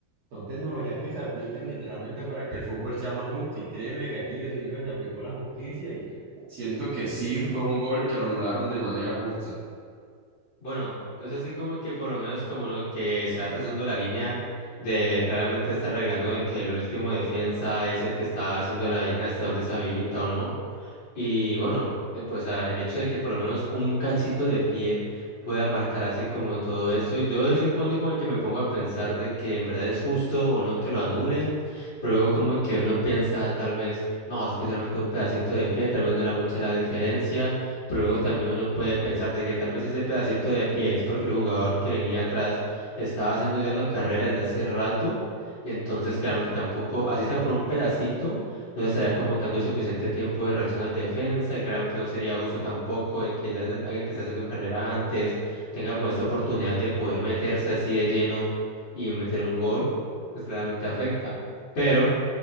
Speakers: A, on the right; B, on the left.
A: Son tecnologías que se aplican literalmente para que el fútbol sea más justo y créeme que aquí yo siento que se aplicó la justicia y siento que sí fue un gol que lo anularon de manera justa.
B: Bueno, es así como que por lo menos como lo que se va trazando la línea de claramente esta regla, ¿no? De que el último defensa es el que está haciendo la línea hasta donde se habilita o no. Y bueno, de- pues ah, el hecho de que por lo menos un cachito de pie pueda marcar así como todo eso, yo de vez en cuando como que me pongo a pensar de que en verdad es justo o no que lo anulen, pero luego como que uno piensa tal vez, no, es que solamente un pedacito de pie, tal vez no era mucha la diferencia, pero luego también uno puede pensar de que tal vez ese pedacito de pie es porque el jugador que venía atrás estaba haciendo ya una carrera desde hace rato, y entonces claramente tampoco, así está por un pedacito no estaría como que dando el suficiente tiempo de reacción a la defensa y claramente no sería justo tampoco de que ya alguien que está haciendo carrera antes tenga pues esta oportunidad de poder meterse así de lleno y meter un gol, pues claramente afecta. Pero